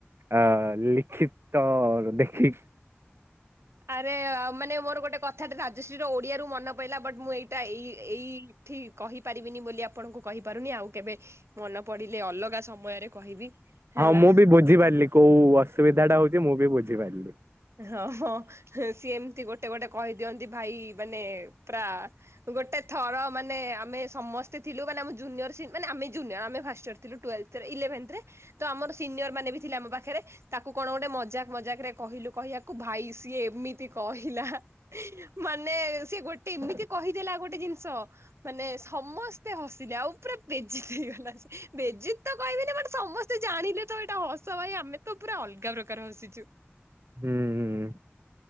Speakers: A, on the right; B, on the right.
A: ଆ ଲିଖିତ ଦେଖିକି
B: ଆରେ ମାନେ ମୋର ଗୋଟେ କଥାଟେ ରାଜଶ୍ରୀ ର ଓଡିଆ ରୁ ମନେ ପଇଲା ବଟ୍ ମୁଁ ଏଇଟା ଏଇ ଏଇ ଠିକ କହିପାରିବିନି ବୋଲି ଆପଣଙ୍କୁ କହିପାରୁନି ଆଉ କେବେ ମନେ ପଡ଼ିଲେ ଅଲଗା ସମୟରେ କହିବି। ହେଲା।
A: ହଁ ମୁଁ ବି ବୁଝିପାରିଲି କୋଉ ଅସୁବିଧା ଟା ହଉଛି ମୁଁ ବି ବୁଝିପାରଲି।
B: ହଁ ହଁ ସିଏ ଏମତି ଗୋଟେ ଗୋଟେ କହିଦିଅନ୍ତି ଭାଇ ମାନେ ପ୍ରା ଗୋଟେ ଥର ମାନେ ଆମେ ସମସ୍ତେ ଥିଲୁ ମାନେ ଆମ ଜୁନିୟର ସିନ୍ ମାନେ ଆମେ ଜୁିନିୟର ଆମେ ଫାଷ୍ଟ ୟର ଥିଲୁ ଟୁଏଲ୍ଭତ୍ ଇଲେଭେନ୍ଥ୍ ରେ ତ ଆମର ସିନିୟର ମାନେ ବି ଥିଲେ ଆମ ପାଖରେ ତାକୁ କଣ ଗୋଟେ ମଜାକ ମଜାକ ରେ କହିଲୁ କହିବାକୁ ଭାଇ ସିଏ ଏମିତି କହିଲା ମାନେ ସିଏ ଗୋଟେ ଏମିତି କହିଦେଲା ଆଉ ଗୋଟେ ଜିନିଷ ମାନେ ସମସ୍ତେ ହସିଲେ ଆଉ ପୁରା ପେଜି ହେଇଗଲା ସେ ବେଜତି ତ କହିବିନି ମାନେ ସମସ୍ତେ ତ ଜାଣିଲେ ତ ଏଇଟା ହସ ଭାଇ ଆମେ ତ ପୁରା ଅଲଗା ପ୍ରକାର ହସିଛୁ ।
A: ହୁଁ ହୁଁ।